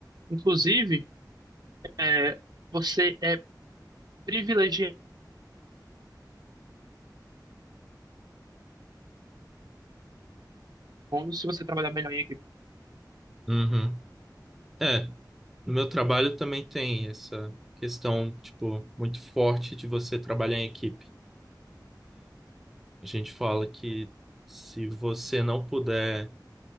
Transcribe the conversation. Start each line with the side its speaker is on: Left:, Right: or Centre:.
Right: Inclusive, é, você é privilegiando se você trabalhar melhor em equipe.
Centre: Uhum. É, no meu trabalho também tem essa questão, tipo, muito forte de você trabalhar em equipe. A gente fala que se você não puder